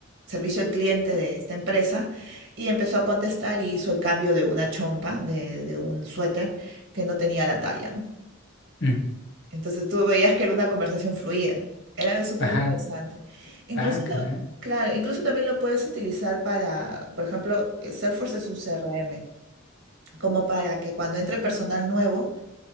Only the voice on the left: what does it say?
mm,
Ajá.
Ah,
caray.